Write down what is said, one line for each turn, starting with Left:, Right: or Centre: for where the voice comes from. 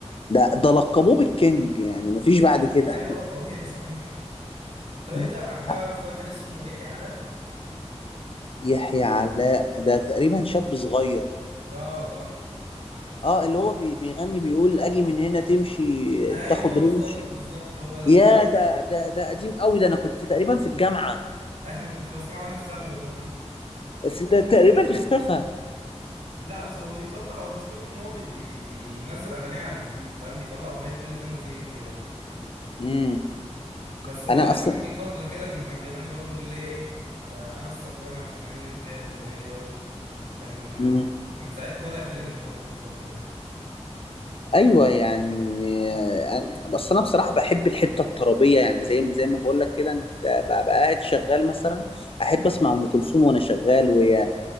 Left: ده ده لقبوه بالكينج يعني مفيش بعد كده
Right: ايوه آه، طبيعي صحيح طب انت
Left: <laughs>
Right: تعرف واحد اسمه يحيى علاء
Left: يحيى علاء ده تقريبا شاب صغير
Right: اه اه
Left: اه اللي هو بي- بيغني بيقول اجي من هنا تمشي
Right: ايوه
Left: تاخد
Right: بالظبط
Left: رمشي
Right: بالظبط هو ده
Left: يا ده ده ده قديم قوي ده انا كنت تقريبا في الجامعه
Right: ايوه كنت بسمعه وانا في ثانوي برضه
Left: بس ده تقريبا اختفى
Right: لا بس هو بيطلع هو مشكلته ان هو بي بي بينزل اغانيه على اليوتيوب فاهم بيطلع اغنيه كل فين وفين كده
Left: امم
Right: بس هو
Left: انا اصلا
Right: كان في فتره كده لما كان بيغني برضه اللي هي ايه آه انا السكران عشان عيونك ليا الاغنيه دي برضه كان
Left: مم.
Right: كان ساعتها طالع ترند هو في الفتره دي
Left: ايوه يعني أنا- بس انا بصراحه بحب الحته الطربيه يعني زي زي ما بقول لك كده انت ببقى قاعد شغال مثلا احب اسمع ام كلثوم وانا شغال وهي